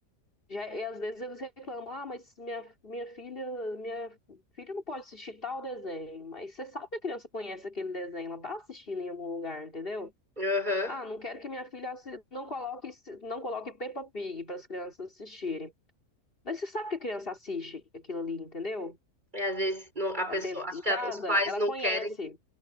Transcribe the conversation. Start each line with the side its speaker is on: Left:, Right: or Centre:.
Left: Já, e às vezes eles reclamam, ah, mas minha, minha filha, minha filha não pode assistir tal desenho, mas você sabe que a criança conhece aquele desenho, ela tá assistindo em algum lugar, entendeu?
Right: Aham.
Left: Ah, não quero que minha filha assi- não coloque, não coloque Peppa Pig para as crianças assistirem. Mas você sabe que a criança assiste aquilo ali, entendeu?
Right: E às vezes não- a pessoa,
Left: Dentro
Right: acho
Left: em
Right: que
Left: casa,
Right: a- os pais
Left: ela
Right: não
Left: conhece.
Right: querem,